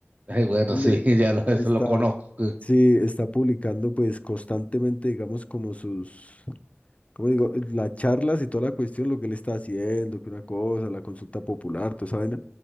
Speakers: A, on the right (about 35°); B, on the left (about 30°).
A: Ay, bueno,
B: Hombre,
A: sí, <laughs> ya lo- eso
B: está,
A: lo conozco.
B: sí, está publicando pues constantemente, digamos, como sus, como digo, las charlas y toda la cuestión, lo que él está haciendo, que una cosa, la consulta popular, toda esa vaina,